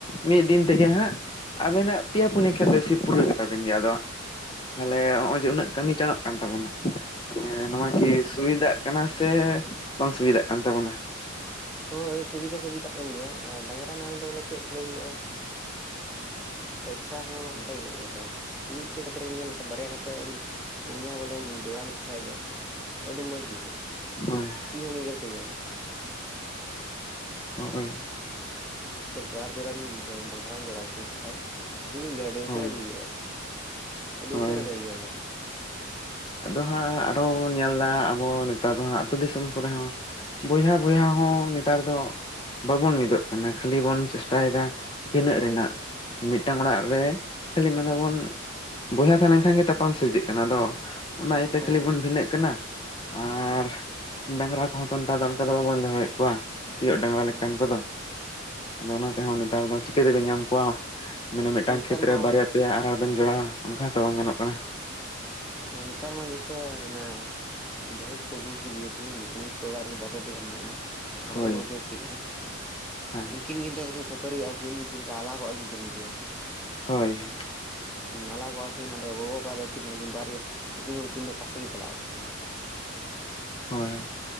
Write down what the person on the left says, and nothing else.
ᱢᱤᱫ ᱫᱤᱱ ᱛᱮᱜᱮ ᱦᱟᱸᱜ ᱟᱵᱤᱱᱟᱜ ᱯᱮᱭᱟ ᱯᱩᱱᱭᱟᱹ ᱠᱷᱮᱛ ᱯᱩᱨᱟᱹᱜ ᱠᱟᱛᱟ ᱵᱤᱱ ᱜᱮᱭᱟ ᱟᱫᱚ ᱦᱟᱸ ᱛᱟᱦᱟᱞᱮ ᱱᱚᱜᱼᱚᱭ ᱡᱮ ᱩᱱᱟᱹᱜ ᱠᱟᱹᱢᱤ ᱪᱟᱱᱚᱜ ᱠᱟᱱ ᱛᱟᱵᱚᱱᱟ᱾ ᱛᱟᱦᱮᱱ ᱱᱚᱣᱟ ᱠᱤ ᱥᱩᱵᱤᱫᱷᱟᱜ ᱠᱟᱱᱟᱹ ᱥᱮ ᱵᱟᱝ ᱥᱩᱵᱤᱫᱟᱜ ᱠᱟᱱ ᱛᱟᱵᱚᱱᱟ?
ᱦᱳᱭ
ᱦᱳᱭᱭ <unintelligible>
ᱦᱳᱭ
ᱦᱳᱭ
ᱟᱫᱚ ᱦᱟᱸᱜ ᱟᱨᱚ ᱵᱚᱱ ᱧᱮᱞᱫᱟ ᱟᱵᱚ ᱱᱮᱛᱟᱨ ᱫᱚ ᱦᱟᱸᱜ ᱟᱹᱛᱳ ᱫᱤᱥᱚᱢ ᱠᱚᱨᱮ ᱦᱚᱸ ᱵᱚᱭᱦᱟ ᱵᱚᱭᱦᱟ ᱦᱚᱸ ᱱᱮᱛᱟᱨ ᱫᱚ ᱵᱟᱵᱚᱱ ᱢᱤᱫᱚᱜ ᱠᱟᱱᱟ ᱠᱷᱟᱹᱞᱤ ᱵᱚᱱ ᱪᱮᱥᱴᱟᱭ ᱴᱟᱭᱫᱟ ᱵᱤᱱᱟᱹᱜ
ᱨᱮᱱᱟᱜ
ᱢᱤᱫᱴᱟᱝ ᱚᱲᱟᱜ ᱨᱮ ᱠᱷᱟᱹᱞᱤ ᱢᱮᱱᱫᱟᱵᱚᱱ ᱵᱚᱭᱦᱟ ᱛᱟᱦᱮᱸ ᱞᱮᱱᱠᱷᱟᱱ ᱜᱮ ᱛᱟᱯᱟᱢ ᱥᱤᱨᱡᱟᱹᱜ ᱠᱟᱱᱟ ᱛᱚ ᱚᱱᱟ ᱤᱭᱟᱹᱛᱮ
ᱠᱷᱟᱹᱞᱤ
ᱵᱚᱱ ᱵᱷᱤᱱᱟᱹᱜ ᱠᱟᱱᱟ ᱟᱨ ᱰᱟᱝᱨᱟ ᱠᱚ ᱦᱚᱸ ᱱᱮᱛᱟᱨ ᱫᱚ ᱚᱱᱠᱟ ᱫᱚ ᱵᱟᱵᱚᱱ ᱫᱚᱦᱚᱭᱮᱫ ᱠᱚᱣᱟ ᱥᱤᱭᱳᱜ ᱰᱟᱝᱨᱟ
ᱞᱮᱠᱟᱱ ᱠᱚᱫᱚ, ᱟᱫᱚ ᱚᱱᱟ ᱛᱮᱦᱚᱸ ᱱᱮᱛᱟᱨ ᱫᱚ ᱪᱤᱠᱟᱹ ᱛᱮᱵᱮ ᱧᱟᱢ ᱠᱚᱣᱟ ᱢᱟᱱᱮ ᱢᱤᱫᱴᱟᱝ
ᱠᱷᱮᱛᱨᱮ
ᱵᱟᱨᱭᱟ ᱯᱮᱭᱟ ᱟᱨᱚ ᱵᱮᱱ ᱡᱚᱲᱟᱣᱟ ᱚᱱᱠᱟᱛᱚ ᱵᱟᱝ ᱜᱟᱱᱚᱜ ᱠᱟᱱᱟ᱾
ᱦᱳᱭ
ᱦᱮᱸ
ᱦᱳᱭ
ᱦᱳᱭ